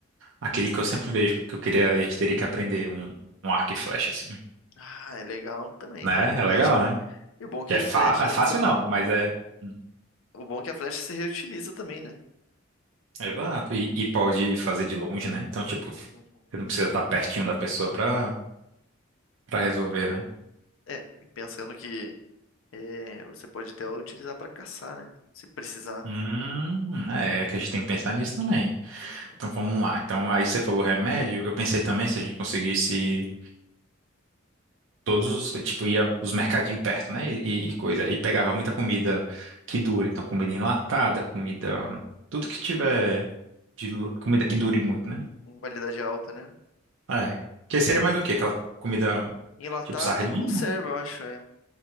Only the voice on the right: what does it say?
Aquele que eu sempre vejo, que eu queria, a gente teria que aprender, um, um arco e flecha, assim.
Né?
É
legal, né?
Que é, fa-
é fácil
não, mas é. hum,
Exato. E, e pode fazer de longe, né? Então, tipo, você
não precisa estar pertinho da pessoa pra, pra resolver, né?
Hum, é que a gente tem que pensar nisso também.
Então, vamos lá. Então, aí você falou remédio, eu pensei também se a gente conseguisse todos os, tipo, ia os mercadinhos perto, né? E,
e coisa. E pegava muita comida que dure. Então, comida enlatada, comida, tudo que tiver de lu- comida que dure muito, né?
É. Que seria
mais o quê? Aquela comida
tipo sardinha?